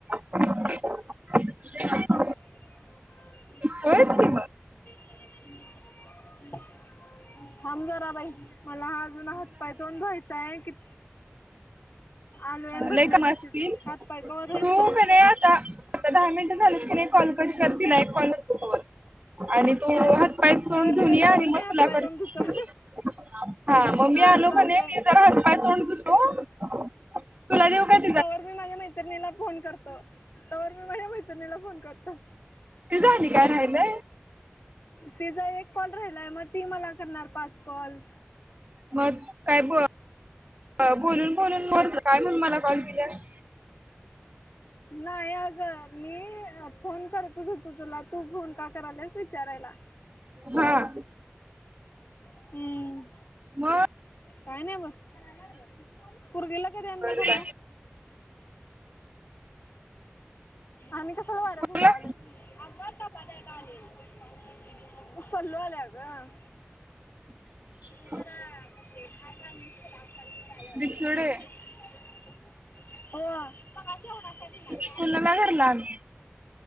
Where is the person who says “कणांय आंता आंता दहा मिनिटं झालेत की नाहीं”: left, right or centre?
Right